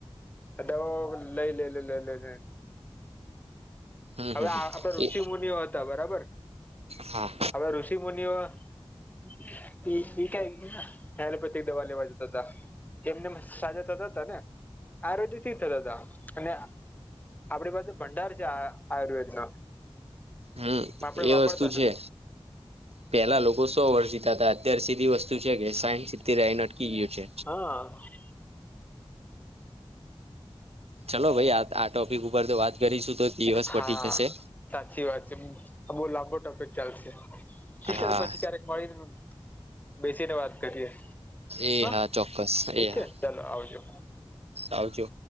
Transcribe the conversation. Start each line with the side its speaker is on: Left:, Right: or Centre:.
Left: હવે દવા લઈ લે લઈ લઈ લઈ લઈ ને
Right: હમ
Left: હવે
Right: હમ હમ
Left: આ તો ઋષિમુનિઓ
Right: એ
Left: હતા બરાબર
Right: હા
Left: હવે ઋષિમુનિઓ <unintelligible> એલોપેથિક દવા લેવા જતા હતા. એમ નેમ સાજા થતા હતા ને આરોગ્ય થી થતા તા અને આપણી પાસે ભંડાર છે આ આયુર્વેદ નો
Right: હમ્મ
Left: આપડે
Right: એ
Left: વાપરતા
Right: વસ્તુ છે.
Left: નથી
Right: પેલા લોકો સો વર્ષ જીતા હતા અત્યારે સીધી વસ્તુ છે કે સાયઢ સીતેરે આયીને અટકી ગયું છે.
Left: હ
Right: ચલો ભાઈ આ આ ટોપિક ઉપર તો વાત કરીશું તો દિવસ પતી
Left: હા
Right: જશે.
Left: સાચી વાત છે આ બહુ લાંબો ટોપિક ચાલશે. ઠીક
Right: હા
Left: છે તો પછી ક્યારેક મળીને બેસીને વાત કરીએ.
Right: એ
Left: હ
Right: હા ચોક્કસ
Left: ઠીક
Right: એ હા
Left: છે ચલો આવજો.
Right: આવજો